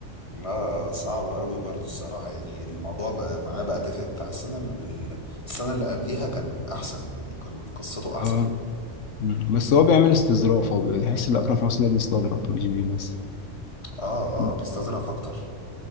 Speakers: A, on the left; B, on the left.
A: لا صعب قوي برضو الصراحة يعني الموضوع بقى معاه بقى تافه بتاع السنة ال- ال- السنة اللي قبليها كان أحسن يعني كان قصته أحسن
B: اه مم. بس هو بيعمل استظراف هو بيحس ان اكرم حسني ده بيستظرف مش بيمثل
A: اه
B: مم.
A: اه بيستظرف أكتر